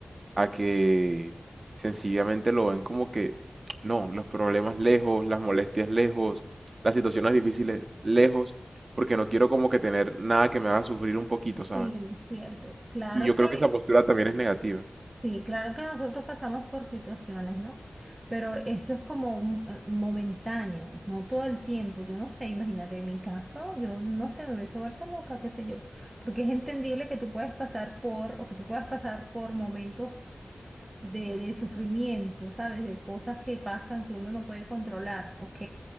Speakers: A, on the right (about 65°); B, on the right (about 30°).
A: A que sencillamente lo ven como que, no, los problemas lejos, las molestias lejos, las situaciones difíciles lejos, porque no quiero como que tener nada que me haga sufrir un poquito, ¿sabes?
B: Sí, cierto. Claro
A: Y yo
B: que,
A: creo que esa postura también es negativa.
B: sí, claro que nosotros pasamos por situaciones, ¿no? Pero eso es como un, eh, momentáneo, no todo el tiempo. Yo no sé, imagínate, en mi caso, yo no sé, me hubiese vuelto loca, qué sé yo. Porque es entendible que tú puedes pasar por, o que tú puedas pasar por momentos de, de sufrimiento, ¿sabes? De cosas que pasan que uno no puede controlar, ok.